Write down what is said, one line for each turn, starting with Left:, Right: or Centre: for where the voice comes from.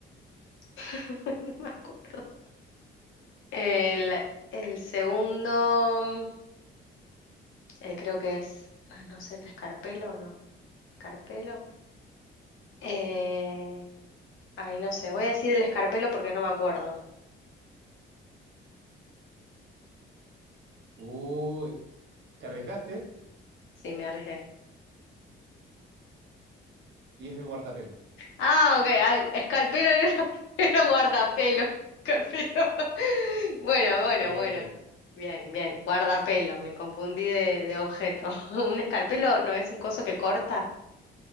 Left: <laughs> No me acuerdo. El, el segundo, eh, creo que es, ah, no sé, el escarpelo o no. Escarpelo. Eh, ay, no sé, voy a decir el escarpelo porque no me acuerdo.
Right: Uy, te arriesgaste
Left: Sí, me arriesgué.
Right: y es el guardapelo.
Left: Ah, ok, ay, escarpelo era, <laughs> era guardapelo, escarpelo. <laughs> Bueno, bueno,
Right: Está bien,
Left: bueno.
Right: está bien.
Left: Bien, bien, guardapelo, me confundí de, de objeto. <laughs> ¿Un escarpelo no es un coso que corta?